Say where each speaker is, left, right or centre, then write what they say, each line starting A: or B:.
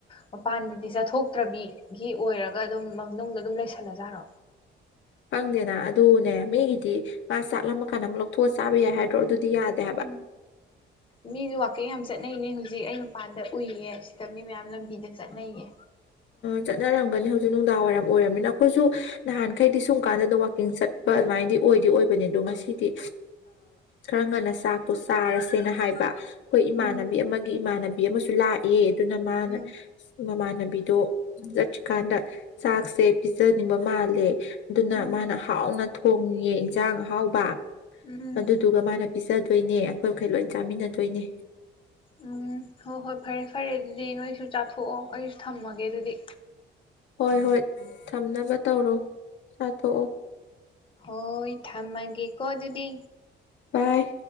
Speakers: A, on the left (about 25°); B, on the left (about 70°).
A: ꯃꯄꯥꯟꯗꯗꯤ ꯆꯠꯊꯣꯛꯇ꯭ꯔꯕꯤꯒꯤ ꯑꯣꯏꯔꯒ ꯑꯗꯨꯝ ꯃꯅꯨꯡꯗ ꯑꯗꯨꯝ ꯂꯩꯁꯜꯂꯖꯥꯔꯣ
B: ꯐꯪꯗꯦꯅ ꯑꯗꯨꯅꯦ ꯃꯤꯒꯤꯗꯤ ꯃꯥ ꯆꯠꯂꯝꯃꯀꯥꯟꯗ ꯑꯃꯨꯛ ꯂꯧꯊꯣꯛꯑ ꯆꯥꯕ ꯌꯥꯏ ꯍꯥꯏꯗ꯭ꯔꯣ ꯑꯗꯨꯗꯤ ꯌꯥꯗꯦ ꯍꯥꯏꯕ
A: ꯎꯝ ꯃꯤꯁꯨ ꯋꯥꯋꯥꯛꯀꯤꯡ ꯌꯥꯝ ꯆꯠꯅꯩꯅꯦ ꯍꯧꯖꯤꯛ ꯍꯧꯖꯤꯛ ꯑꯩ ꯃꯄꯥꯟꯗ ꯎꯏꯌꯦ ꯁꯤꯗ ꯃꯤ ꯃꯌꯥꯝ ꯂꯝꯕꯤꯗ ꯆꯠꯅꯩꯌꯦ
B: ꯆꯠꯅꯔꯝꯒꯅꯤ ꯍꯧꯖꯤꯛ ꯅꯨꯡꯗꯥꯡ ꯋꯥꯏꯔꯝ ꯑꯣꯏꯔꯕꯝꯃꯤꯅ ꯑꯩꯈꯣꯏꯁꯨ ꯅꯍꯥꯟꯈꯩꯗꯤ ꯁꯨꯝ ꯀꯥꯟꯗ ꯋꯥꯋꯀꯤꯡ ꯆꯠꯄ ꯑꯗꯨꯃꯥꯏꯅꯗꯤ ꯑꯣꯏꯗꯤ ꯑꯣꯏꯕꯅꯤ ꯑꯗꯣ ꯉꯁꯤꯗꯤ ꯈꯔ ꯉꯟꯅ ꯆꯥꯛ ꯆꯥꯔꯁꯦꯅ ꯍꯥꯏꯕ ꯑꯩꯈꯣꯏ ꯏꯃꯥꯟꯅꯕꯤ
A: ꯎꯝ
B: ꯑꯃꯒꯤ ꯏꯃꯥꯟꯅꯕꯤ ꯑꯃꯁꯨ ꯂꯥꯛꯑꯦ ꯑꯗꯨꯅ ꯃꯥꯅ
A: ꯎꯝ
B: ꯃꯃꯥꯟꯅꯕꯤꯗꯣ ꯆꯠ꯭ꯔꯤꯀꯥꯟꯗ ꯆꯥꯛꯁꯦ ꯄꯤꯖꯅꯤꯡꯕ ꯃꯥꯜꯂꯦ ꯑꯗꯨꯅ
A: ꯎꯝ
B: ꯃꯥꯅ ꯍꯥꯎꯅ ꯊꯣꯡꯉꯑꯦ ꯏꯟꯁꯥꯡ ꯑ ꯍꯥꯎꯕ
A: ꯎꯝ
B: ꯑꯗꯨꯗꯨꯒ ꯃꯥꯅ ꯄꯤꯖ ꯆꯗꯣꯏꯅꯦ ꯑꯩꯈꯣꯏ ꯃꯈꯈꯩ ꯂꯣꯏ ꯆꯥꯃꯤꯟꯅꯗꯣꯏꯅꯦ
A: ꯎꯝ ꯍꯣ ꯍꯣꯏ ꯐꯔꯦ ꯐꯔꯦ ꯑꯗꯨ ꯑꯗꯨꯗꯤ ꯅꯣꯏꯁꯨ ꯆꯥꯊꯣꯛꯑꯣ ꯑꯩꯁꯨ ꯊꯝꯃꯒꯦ ꯑꯗꯨꯗꯤ
B: ꯍꯣꯏ ꯍꯣꯏ ꯊꯝꯅꯕ ꯇꯧꯔꯣ ꯆꯥꯊꯣꯛꯑꯣ
A: ꯍꯣꯏ ꯊꯝꯃꯒꯦ ꯀꯣ ꯑꯗꯨꯤꯗꯤ
B: ꯕꯥꯏ